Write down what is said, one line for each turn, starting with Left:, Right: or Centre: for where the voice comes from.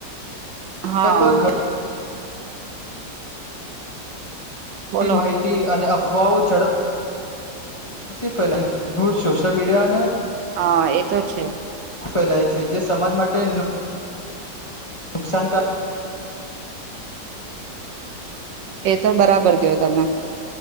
Right: હહ
Left: પર ઘણી
Right: બોલો
Left: ટી માહિતી અને અફ અફવાઓ ઝડપ થી ફેલાઈ હું સોશિયલ મીડિયાને
Right: હા એ તો છે
Left: ફેલાય છે જે સમાજ માટે નુકસાનકાર
Right: એ તો બરાબર કયો તમે